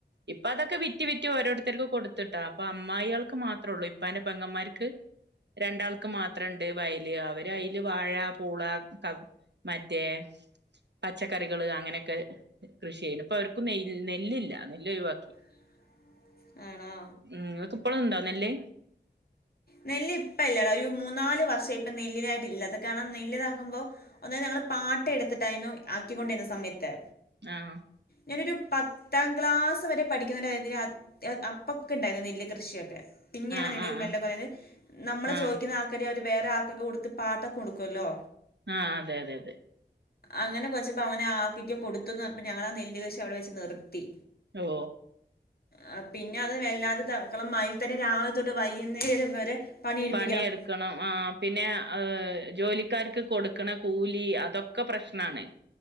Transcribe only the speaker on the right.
ഇപ്പൊ അതൊക്കെ വിറ്റി വിറ്റ് ഓരോരുത്തർക്കും കൊടു ട്ട അപ്പൊ അമ്യാക്കൾക്ക് മാത്രേ ഉള്ളൂ ഇപ്പ എന്റെ പെങ്ങമാർക്ക് രണ്ടാൾക്ക് മാ അത്രുണ്ട് വയല് അവര് ആയിൽ വാഴ പൂള ക മറ്റേ പച്ചക്കറികള് അങ്ങനെയൊക്കെ കൃഷി ചെയ്യുന്നു ഇപ്പൊ അവർക്കും ന നെല്ലില്ല നെല്ല് ഒഴിവാക്കി
ഉം ഇക്ക ഇപ്പോളും ഉണ്ടോ നെല്ല്
ആഹ
ആഹ്
ആഹ്
ആഹ്
ആഹ്
ആഹ അതെ അതെ അതെ
ഓ
പണിയെടുക്കണം ആ പിന്നെ ജോലിക്കാർക്ക് കൊടുക്ക കൂലി അതൊക്കെ പ്രശ്നമാണ്